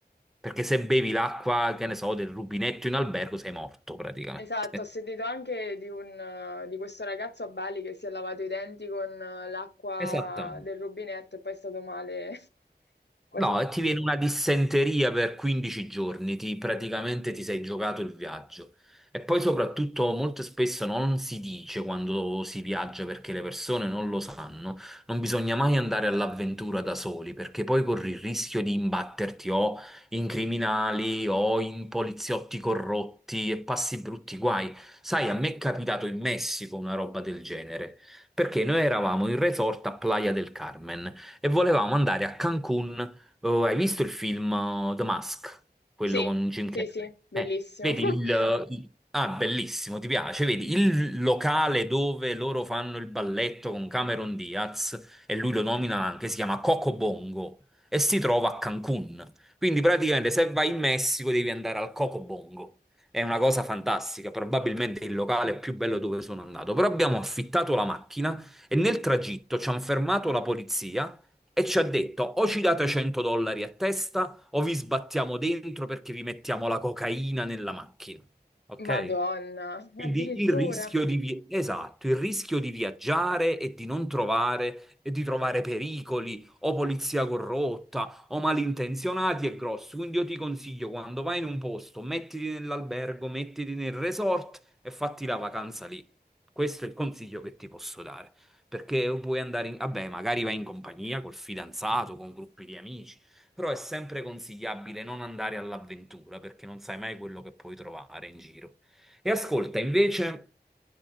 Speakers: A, in the centre; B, on the left.
A: Perché se bevi l'acqua, che ne so, del rubinetto in albergo, sei morto praticamente.
B: Esatto,
A: <laughs>
B: ho sentito anche di, un, eh, di questo ragazzo a Bali che si è lavato i denti con eh, l'acqua
A: Esattamente.
B: del rubinetto e poi è stato male <laughs> quasi
A: No,
B: per
A: e ti viene
B: tutto.
A: una dissenteria per 15 giorni, ti- praticamente ti sei giocato il viaggio. E poi soprattutto molto spesso non si dice quando si viaggia perché le persone non lo sanno, non bisogna mai andare all'avventura da soli perché poi corri il rischio di imbatterti o in criminali o in poliziotti corrotti e passi brutti guai. Sai, a me è capitato in Messico una roba del genere, perché noi eravamo in resort a Playa del Carmen e volevamo andare a Cancun Oh, hai visto il film oh, The Mask? Quello
B: Sì,
A: con Jim
B: sì,
A: Carrey?
B: sì, bellissimo.
A: Eh, vedi
B: <laughs>
A: il... uh, il- Ah, bellissimo, ti piace? Vedi, il locale dove loro fanno il balletto con Cameron Diaz, e lui lo nomina anche, si chiama Coco Bongo, e si trova a Cancun. Quindi praticamente se vai in Messico devi andare al Coco Bongo. È una cosa fantastica, probabilmente è il locale più bello dove sono andato. Però abbiamo affittato la macchina e nel tragitto ci hanno fermato la polizia e ci ha detto: o ci date 100 dollari a testa, o vi sbattiamo dentro perché vi mettiamo la cocaina nella macchina. Ok?
B: Madonna,
A: Quindi
B: addirittura.
A: il rischio di vi- esatto, il rischio di viaggiare e di non trovare e di trovare pericoli o polizia corrotta o malintenzionati è grosso. Quindi io ti consiglio quando vai in un posto, mettiti nell'albergo, mettiti nel resort e fatti la vacanza lì. Questo è il consiglio che ti posso dare. Perché puoi andare in... Vabbè, magari vai in compagnia col fidanzato, con gruppi di amici, però è sempre consigliabile non andare all'avventura perché non sai mai quello che puoi trovare in giro. E ascolta, invece